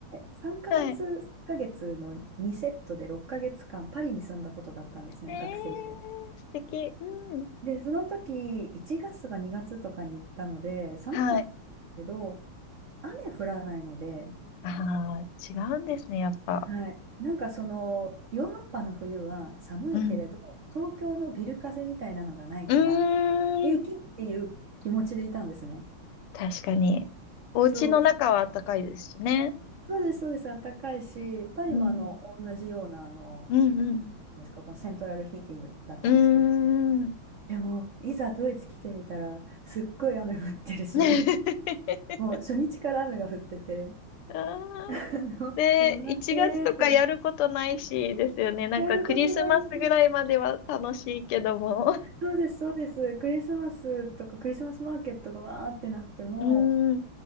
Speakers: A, on the right; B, on the left.
A: 3ヶ月、
B: はい。
A: ヶ月の2セットで6ヶ月間、パリに住んだことがあったんですね、
B: えー、
A: 学生時代。
B: 素敵。うん。
A: で、その時、1月とか2月とかに行ったので、寒かったんですけど、
B: はい。
A: 雨降らないので、
B: ああ、違うんですね、やっぱ。
A: はい、なんかその、ヨーロッパの冬は寒いけれど、
B: うん。
A: 東京のビル風みたいなのがないから、
B: うーん。
A: 平気っていう気持ちでいたんですね。
B: 確かに。お家の中は暖かいですしね。
A: そう、そうです、そうです、暖かいし、パリもあの同じようなあの
B: うん、うん
A: ですか、このセントラルヒーティングだったんですけど、
B: うん、うーん。
A: でも、いざドイツ来てみたら、すっごい雨降ってるし、
B: <laughs>
A: <laughs> もう初日から雨が降ってて、
B: あー
A: あの、
B: で、
A: もうなんでって
B: 1月とかやることないし、ですよね。なんかクリスマスぐらいまでは楽しいけども、
A: やることないし、そうです、そうです、クリスマスとかクリスマスマーケットがわーってなっても、
B: うーん、